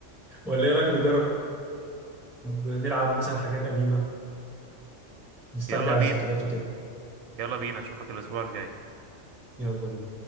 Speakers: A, in the centre; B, on the right.
A: ولا ايه رأيك نجرب نلعب مثلا حاجات قديمة نسترجع
B: يلا بينا
A: الذكريات وكده
B: يلا بينا اشوفك الاسبوع الجاي
A: يلا بينا